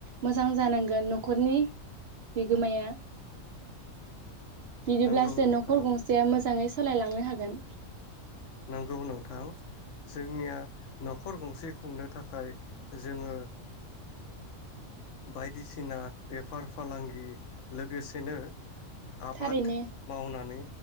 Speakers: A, on the right; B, on the left.
A: मोजां जानांगोन न'खरनि बिगोमाया। बिदिब्लासो
B: नंगौ नोंथां
A: न'खर गंसेया मोजाङै स सोलायलांनो हागोन।
B: नंगौ नोंथां जोंनिया न'खर गंसे खुंनो थाखाय जोङो <inaudible> बायदिसिना बेफार फालांगि लोगोसेनो आबात
A: थारैनो
B: मावनानै